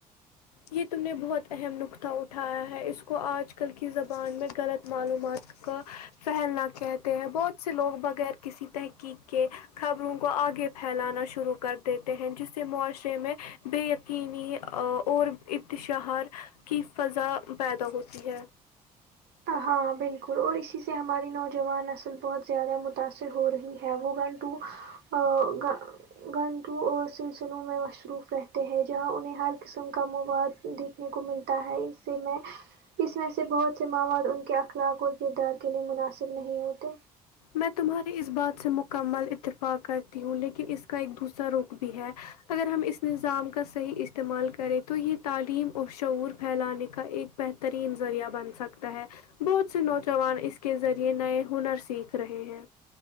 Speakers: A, on the left (about 80°); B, on the right (about 55°).
A: یہ تم نے بہت اہم نقطہ اٹھایا ہے اس کو آج کل کی زبان میں غلط معلومات کا پھیلنا کہتے ہیں بہت سے لوگ بغیر کسی تحقیق کے خبروں کو آگے پھیلانا شروع کر دیتے ہیں جس سے معاشرے میں بے یقینی آ اور اتشہار کی فضا پیدا ہوتی ہے
B: ہاں بالکل اور اسی سے ہماری نوجوان نسل بہت زیادہ متاأثر ہو رہی ہے موغن ٹو آ گا گانٹوں اور سلسلوں میں مشروف رہتے ہیں جہاں انہیں ہر قسم کا مواد دیکھنے کو ملتا ہے اس میں اس میں سے بہت سے مواد ان کے اخلاق اور کردار کے لئے مناسب نہیں ہوتے
A: میں تمہاری اس بات سے مکمل اتفاق کرتی ہوں لیکن اس کا ایک دوسرا رخ بھی ہے اگر ہم اس نظام کا صحیح استعمال کریں تو یہ تعلیم اور شعور پھیلانے کا ایک بہترین ذریعہ بن سکتا ہے بہت سے نوجوان اس کے ذریعے نئے ہنر سیکھ رہے ہیں